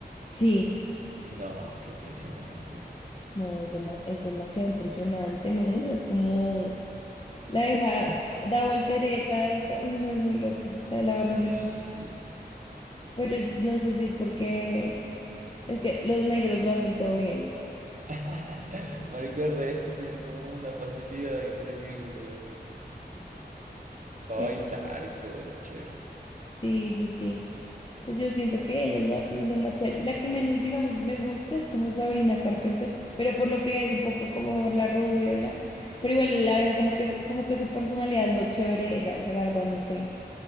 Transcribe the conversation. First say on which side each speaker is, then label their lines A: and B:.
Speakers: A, on the left; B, on the right.
A: Sí,
B: No, qué impresionante, marica.
A: no, es, dema- es demasiado impresionante, ¿no? O sea, es como la vieja da volteretas, ca- uy, no es muy loco. O sea, la verdad
B: Uy,
A: yo...
B: sí.
A: no Pero no sé si es porque es que los negros lo hacen todo bien.
B: <laughs> Marica, el resto tienen como una facilidad increíble para
A: Eh,
B: bailar y todo, muy chévere.
A: Sí, sí, sí. Pues yo siento que ella es la, lo más chévere. La que menos, digamos, me gusta es como Sabrina Carpenter, pero por lo que es un poco como la rubia, bla. Pero igual la abeja como que como que su personalidad es lo chévere de ella, o sea, la verdad no sé